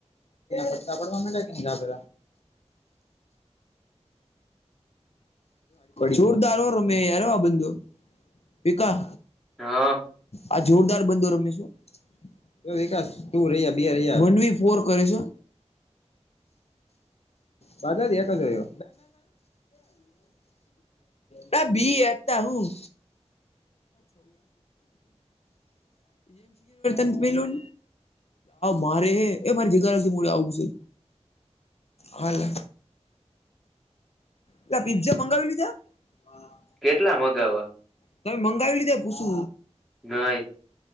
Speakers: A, on the left; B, in the centre.
A: પટા પડવા મ્યા કે ન જ પે. જોરદારવા રમે યારવા બંધ. ભીકા
B: હા
A: આ જોરદાર બંદો રમેશું વિકાસ તું રહ્યા બે રહ્યા ફોર કરે છે. દધા એક જયો બેર બી હતા હું ન મારે એ મારે જગાડે આવું છે. હા પેલા પી્ઝા મંગાવી લીધા
B: કેટલા મગાવા
A: તમે મંગાવી લીધે પૂછુ
B: નઈ